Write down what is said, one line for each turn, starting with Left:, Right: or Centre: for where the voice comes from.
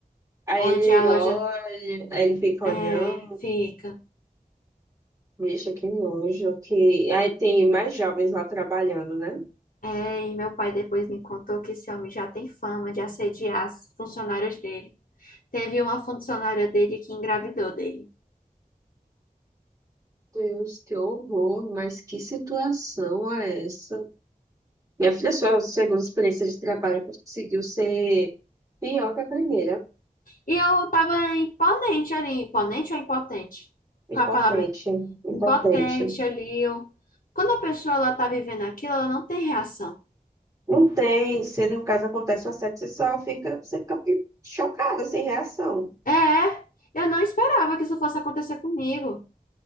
Right: Aí
Left: onde
Right: ele
Left: a loja
Right: olha, aí ele fica
Left: é,
Right: olhando,
Left: fica.
Right: bicho, que nojo, que... Aí tem mais jovens lá trabalhando, né?
Left: É, e meu pai depois me contou que esse homem já tem fama de assediar as funcionárias dele. Teve uma funcionária dele que engravidou dele.
Right: Deus, que horror, mas que situação é essa? Minha filha, sua segunda experiência de trabalho conseguiu ser pior que a primeira.
Left: E eu tava imponente ali, imponente ou impotente? Qual
Right: Impotente,
Left: a palavra? impotente
Right: impotente.
Left: ali. Ou... Quando a pessoa ela tá vivendo aquilo, ela não tem reação.
Right: Não tem, se no caso acontece um assédio, você só fica, você fica chocada, sem reação.
Left: É, eu não esperava que isso fosse acontecer comigo.